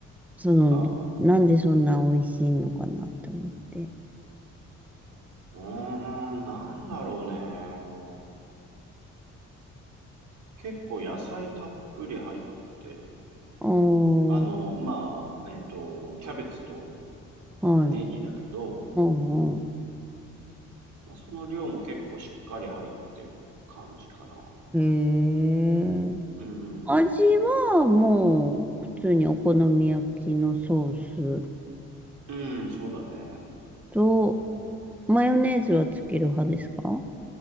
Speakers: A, in the centre; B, on the right.
A: その、
B: あ、う
A: なんでそんな美味しいのかなって思って。
B: ーん、なんだろうね。結構野菜たっぷり入ってる。
A: あー、
B: あの、まあ、えっと、キャベツと
A: はい。
B: ネギだけど、
A: うんう
B: まあ、その量も結構しっかり入ってる感じかな。
A: ん。へえ。
B: うん。
A: 味はもう、普通にお好み焼きのソース
B: うん、そうだね。
A: と、マヨネーズはつける派ですか